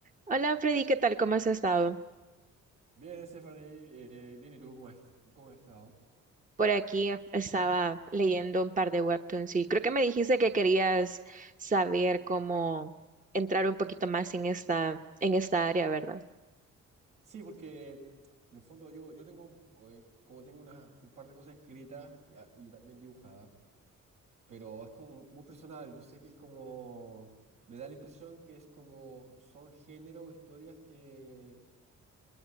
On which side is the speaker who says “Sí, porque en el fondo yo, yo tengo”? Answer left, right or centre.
Right